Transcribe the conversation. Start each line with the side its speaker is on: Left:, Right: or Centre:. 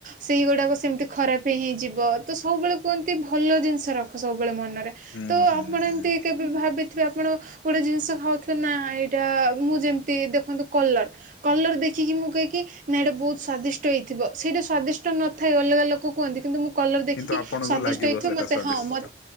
Right: ସେଇ ଗୁଡ଼ାକ। ସେମିତି ଖରାପ ହେଇଯିବ ତ ସବୁବେଳେ କୁହନ୍ତି ଭଲ ଜିନିଷ ରଖ ସବୁ ବେଳେ ମନରେ
Left: ହୁଁ
Right: ତ
Left: ହୁଁ
Right: ଆପଣ
Left: ହୁଁ
Right: ଏମତି କେବେ ଭାବି ଥିବେ ଆପଣ ଗୋଟେ ଜିନିଷ ଖାଉଥିବେ ନା ଏଇଟା ମୁଁ ଯେମତି ଦେଖନ୍ତୁ। କଲର କଲର ଦେଖିକି ମୁଁ କହେ କି ନା ଏଇଟା ବହୁତ ସ୍ଵାଦିଷ୍ଟ ହେଇଥିବ ସେଇଟା ସ୍ଵାଦିଷ୍ଟ ନଥାଏ ଅଲ ଅଲଗା ଲୋକ କୁହନ୍ତି କିନ୍ତୁ ମୁଁ କଲର ଦେଖିକି
Left: କିନ୍ତୁ ଆପଣଙ୍କୁ
Right: ସ୍ଵାଦଷ୍ଟ
Left: ଲାଗିବ
Right: ହେଇଥିବ
Left: ସେଟା
Right: ମତେ
Left: ସ୍ଵାଦିଷ୍ଟ
Right: -ହଁ -ମତ